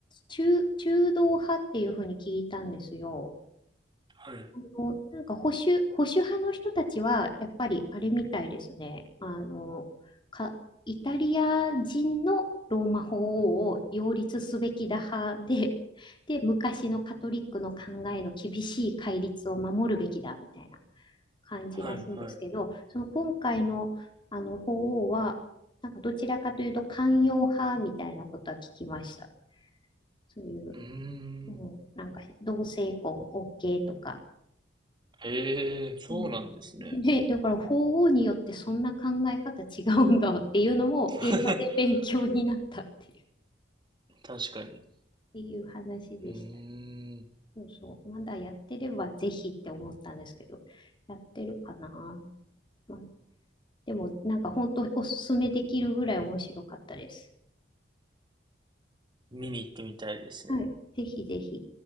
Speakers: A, on the left (about 25°); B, on the right (about 25°).
A: 中、中道派っていうふうに聞いたんですよ。
B: はい。
A: あのなんか保守、保守派の人たちは、やっぱりあれみたいですね。あの、か、イタリア人のローマ法王を擁立すべきだ派で、<laughs> で、昔のカトリックの考えの厳しい戒律を守るべきだみたいな感じらしいんですけど、
B: はいはい
A: その今回の、あの法王は、なんかどちらかというと寛容派みたいなことは聞きました。そういう、
B: うーん。
A: うん、なんか同性婚 OK とか。
B: へえ、そうなんですね。
A: うん。で、だから法王によってそんな考え方違うんだっていうのも映画で勉強になったっていう、
B: <laughs>
A: っ
B: 確かに。
A: ていう話でした。
B: うーん。
A: そうそう。まだやってればぜひって思ったんですけど、やってるかな。まあ、でもなんか本当おすすめできるぐらい面白かったです。
B: 見に行ってみたいですね。
A: はい。ぜひぜひ。